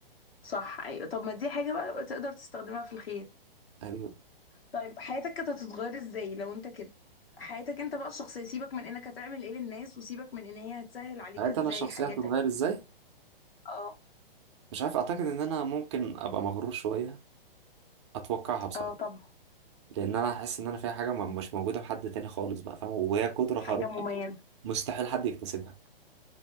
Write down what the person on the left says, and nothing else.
صح ايوه طب ما دي حاجة بقى تقدر تستخدمها في الخير
طيب حياتك كانت هتتغير ازاي لو انت كده حياتك انت بقى الشخصية سيبك من انك هتعمل ايه للناس وسيبك من ان هي هتسهل عليك
ازاي
حياتك
اه
اه طبعا
حاجة
مميزة